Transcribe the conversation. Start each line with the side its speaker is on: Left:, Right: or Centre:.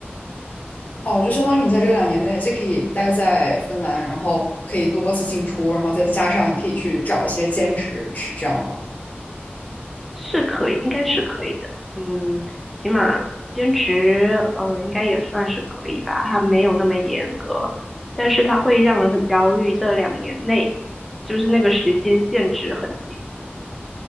Left: 哦，就相当于你在这个两年内既可以待在芬兰，然后可以多次进出，然后再加上你可以去找一些兼职，是这样吗？
Centre: 是可以，应该是可以的。嗯，起码兼职，嗯、应该也算是可以吧。它没有那么严格，但是它会让人很焦虑。这两年内，就是那个时间限制很紧，